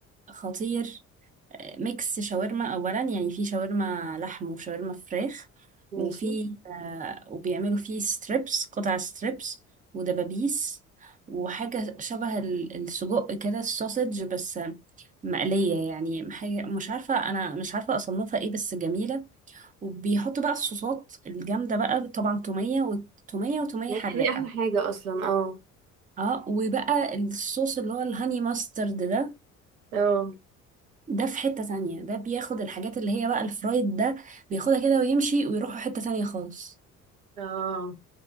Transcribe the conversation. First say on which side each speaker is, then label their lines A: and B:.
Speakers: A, on the right; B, on the right.
A: خطير آه، ميكس شاورما اولا يعني في شاورما لحم وشاورما فراخ وفي
B: ماشي
A: آه وبيعملوا فيه ستريبس قطع ستريبس ودبابيس وحاجة شبه ال- السجق كده السوسج بس آه، مقلية يعني حاجة مش عارفة أنا مش عارفة أصنفها إيه بس جميلة وبيحطوا بقى الصوصات الجامدة بقى طبعا تومية وتومية وتومية
B: ما
A: حراقة
B: هي دي احلى حاجه اصلا اه
A: اه وبقى الصوص اللي هو الهاني ماسترد ده
B: اه
A: ده في حتة تانية ده بياخد الحاجات اللي هي بقى الفرايد ده بياخدها كده ويمشي ويروحوا حتة تانية خالص
B: اه